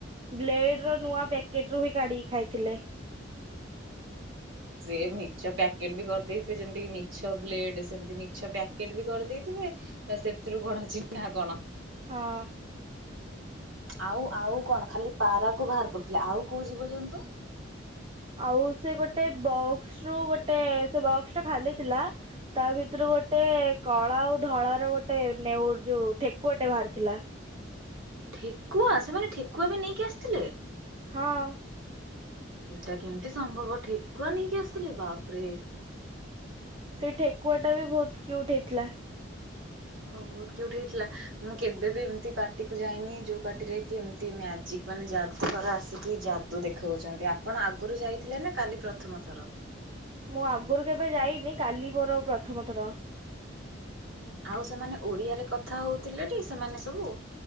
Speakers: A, on the right (about 25°); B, on the right (about 85°).
A: ବ୍ଲେଡ଼ ର ନୂଆ ପ୍ୟାକେଟ ରୁ କାଢିକି ଖାଇଥିଲେ
B: ସେି ମିଛ ପ୍ୟାକେଟ ବି କରିଦେଇଥିବେ ଯେମିତି କି ମିଛ ବ୍ଲେଡ଼ ସେମତି ମିଛ ପ୍ୟାକେଟ ବି କରିଦେଇଥିବେ ସେଥିରୁ କଣ ଚିହ୍ନା କଣ
A: ହଁ
B: ଆଉ ଆଉ କଣ ଖାଲି ପାରା କ ବାହାର କରୁଥିଲେ ଆଉ କୋଉ ଯିବ ଜନ୍ତୁ
A: ଆଉ ସେ ଗୋଟେ ବକ୍ସ ରୁ ଗୋଟେ ସେ ବକ୍ସ ଟା ଖାଲିଥିଲା ତା ଭିତରୁ ଗୋଟେ କଳା ଆଉ ଧଳାାର ଗୋଟେ ନେଉ ଯୋଉ ଠେକୁଆଟେ ବାହାରିଥିଲା।
B: ଠେକୁଆ ସେମାନେ ଠେକୁଆ ବି ନେଇକି ଆସିଥିଲେ
A: ହଁ
B: ଏଇଟା କେମିତି ସମ୍ଭବ ଠେକୁଆ ନେଇକି ଆସିଥିଲେ ବାପରେ
A: ସେଇ ଠେକୁଆ ଟା ବି ବହୁତ କିଉଟୁ ହେଇଥିଲା।
B: ଓ କି ଗୋଠି ହେଇଥିଲା ମୁଁ କେବେ ବି ଏମିତି ପାର୍ଟିକୁ ଯାଇନି ଯୋଉ ପାର୍ଟିରେ କି ଏମତି ମଜିକ ମାନେ ଯାଦୁ ଘର ଆସିକି ଯାଦୁ ଦେଖଉଛନ୍ତି। ଆପଣ ଆଗରୁ ଯାଇଥିଲେ ନା କାଲି ପ୍ରଥମ ଥର
A: ମୁଁ ଆଗରୁ କେବେ ଯାଇନି କାଲି ମୋର ପ୍ରଥମ ଥର
B: ଆଉ ସେମାନେ ଓଡ଼ିଆରେ କଥା ହଉଥିଲେ ଟି ସେମାନେ ସବୁ